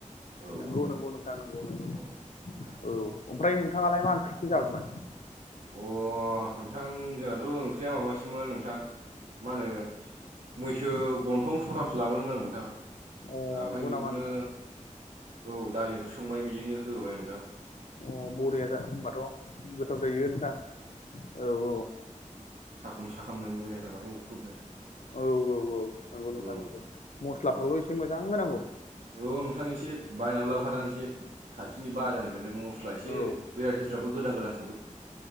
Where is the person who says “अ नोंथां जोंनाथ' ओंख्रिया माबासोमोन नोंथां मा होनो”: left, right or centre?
Right